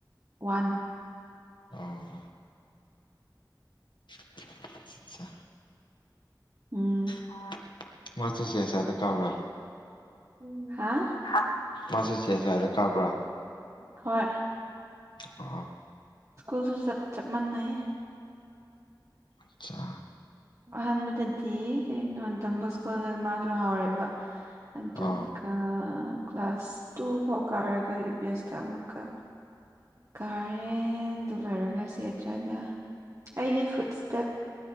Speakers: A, on the right (about 40°); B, on the left (about 80°).
A: ꯋꯥꯟ
B: ꯑꫭ <unintelligible> ꯆꯥ
A: ꯎꯝ
B: <unintelligible> ꯀꯕ꯭ꯔꯥ
A: ꯎꯝ ꯍꯥ
B: ꯍꯥ ꯃꯥꯁꯦ ꯆꯦꯖꯥꯏꯗ ꯀꯥꯕ꯭ꯔꯥ
A: ꯍꯣꯏ
B: ꯑꯣ
A: ꯁ꯭ꯀꯨꯜꯁꯨ ꯆꯞ ꯆꯞ ꯃꯟꯅꯩ
B: ꯑꯆꯥ
A: ꯑꯍꯥꯟꯕꯗꯗꯤ ꯀꯩꯅꯣ ꯇꯝꯕ ꯁ꯭ꯀꯨꯜꯗ ꯃꯥꯖꯨ ꯍꯥꯎꯔꯦꯕ ꯑꯗꯨ
B: ꯑꯣ
A: ꯑꯥ ꯀ꯭ꯂꯥꯁ ꯇꯨ ꯐꯥꯎ ꯀꯥꯔꯒ ꯌꯨ ꯕꯤ ꯑꯦꯁꯇꯥ ꯑꯃꯨꯛꯀꯥ ꯀꯥꯔꯦ ꯑꯗꯨ ꯂꯣꯏꯔꯒꯥ ꯁꯤ <unintelligible> ꯗꯥ ꯑꯩꯒꯤ ꯐꯨꯠ ꯏꯁꯇꯦꯞ